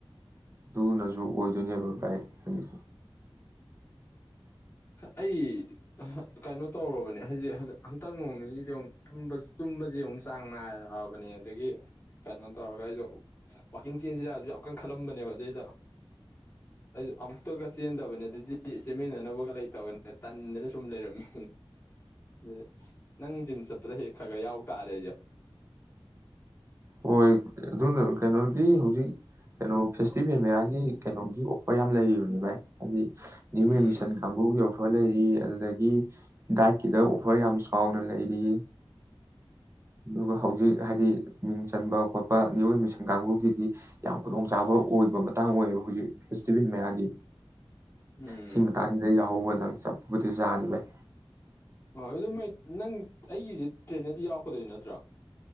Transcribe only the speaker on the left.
ꯑꯩ ꯀꯩꯅꯣ ꯇꯧꯔꯕꯅꯦ ꯍꯥꯏꯖꯤꯛ ꯍꯟꯇꯛ ꯅꯣꯡ ꯅꯤꯩꯗ ꯑꯃꯨꯛ ꯇꯨꯝꯁꯦ ꯑꯃꯨꯛ ꯆꯥꯡ ꯅꯥꯏꯔꯛꯑꯕꯅꯦ ꯑꯗꯒꯤ ꯀꯩꯅꯣ ꯇꯧꯔꯒ ꯑꯩꯗꯣ ꯋꯥꯛꯀꯤꯡ ꯆꯦꯟꯁꯤꯔ ꯑꯗꯨꯁꯨ ꯌꯥꯝ ꯀꯟ ꯈꯜꯂꯝꯕꯅꯦꯕ ꯑꯗꯨꯗꯏꯗ ꯑꯩꯁꯨ ꯑꯃꯨꯛꯇꯒ ꯆꯦꯟꯗꯕꯅꯦ ꯑꯗꯨꯏꯗꯤ ꯆꯦꯟꯃꯤꯟꯅꯅꯕꯒ ꯂꯩꯇꯕꯅꯤꯅ ꯇꯟꯗꯅ ꯁꯨꯝ ꯂꯩꯔꯝꯃꯤ ꯑꯗꯨ ꯅꯪ ꯖꯤꯝ ꯆꯠꯄꯗ ꯍꯦꯛ ꯈꯔ ꯈꯔ ꯌꯥꯎ ꯇꯥꯔꯦ ꯑꯩꯁꯨ
ꯎꯝ
ꯎꯝ
ꯑꯣꯏ ꯑꯗꯨ ꯅꯪ ꯑꯩꯒꯤꯁꯤ ꯇ꯭ꯔꯦꯗꯗꯤ ꯌꯥꯎꯀꯗꯣꯏ ꯅꯠꯇ꯭ꯔꯥ